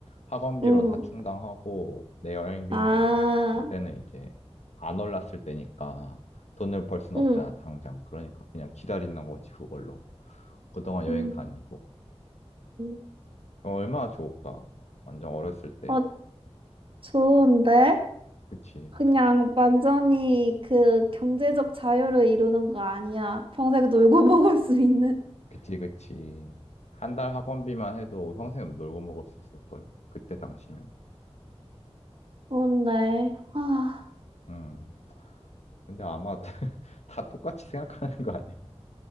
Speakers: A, on the left; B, on the right.
A: 학원비로
B: 응,
A: 다 충당하고 내 여행비는
B: 아,
A: 그때는 이제 안 올랐을 때니까 돈을 벌 순
B: 응.
A: 없잖아, 당장. 그러니까 그냥 기다리는 거지, 그걸로. 그동안 여행
B: 응,
A: 다니고.
B: 응.
A: 어, 얼마나 좋을까? 완전 어렸을 때.
B: 어, 좋은데?
A: 그치.
B: 그냥 완전히 그 경제적 자유를 이루는 거 아니야. 평생 놀고 <laughs> 먹을 수 있는.
A: 그치, 그치. 한 달 학원비만 해도 평생 놀고 먹을 수 있을걸? 그때 당시면.
B: 좋은데. 아,
A: 음. 근데 아마 <laughs> 다, 똑같이 생각하는 거 아니야?